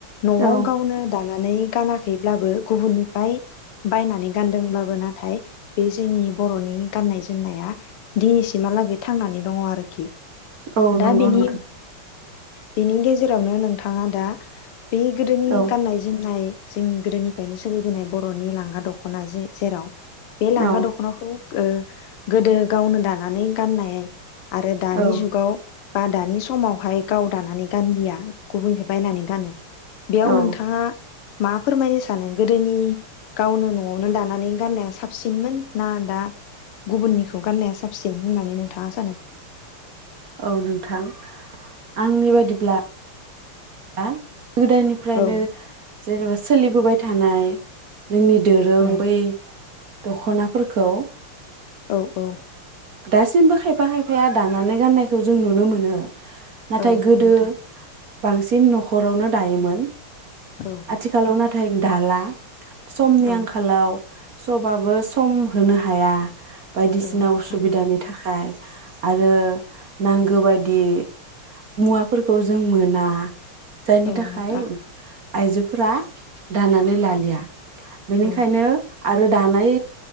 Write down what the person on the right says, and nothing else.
औ
औ
नंगौ
नोंथां
औ
औ
औ
औ
औ नोंथां आंनि बादिब्ला आ गोदायनिफ्रायनो
जेनेबा सोलिबोबाय थानाय जोंनि दोरों
बै दख'नाफोरखौ
दासिमबो खायफा खायफाया दानानै गाननायखौ जों नुनो मोनो। नाथाय
गोदो
बांसिन न'खरावनो दायोमोन।
आथिखालाव नाथाय दाला समनि
आंखालाव स'बाबो सम होनो हाया बायदिसिना
उस नि थाखाय आरो नांगौ बायदि मुवाफोरखौ जों मोना जायनि
थाखाय
आइजोफोरा दानानै लालिया बेनिखायनो
आरो दानाय